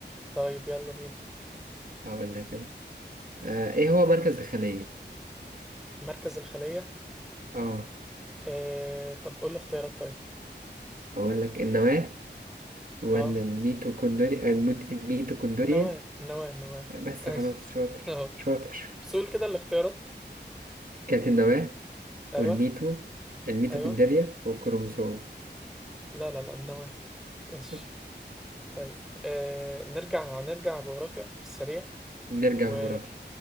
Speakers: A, in the centre; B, on the right.
A: طيب يلا بينا
B: أقول لك أنا آه إيه هو مركز الخلية؟
A: مركز الخلية
B: آه
A: آه، طب قول لي اختيارات طيب
B: أقول لك النواة ولا
A: اه
B: الميتوكوندريا المت... الميتوكوندريا
A: النواة النواة النواة
B: بس
A: ماشي
B: خلاص شاطر
A: <laughs> اهو
B: شاطر
A: بس قول كده الاختيارات
B: كانت النواة
A: أيوه.
B: والميتو الميتوكوندريا
A: ايوه
B: والكروموسوم
A: لا لا لا النواة ماشي
B: بس
A: طيب آه نرجع نرجع جغرافيا في السريع
B: نرجع
A: و...
B: جغرافيا